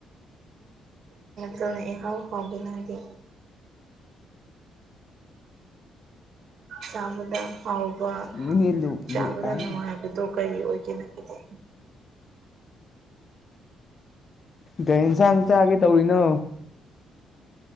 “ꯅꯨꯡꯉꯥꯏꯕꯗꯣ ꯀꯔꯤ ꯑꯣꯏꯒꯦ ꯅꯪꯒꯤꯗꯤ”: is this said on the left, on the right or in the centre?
Right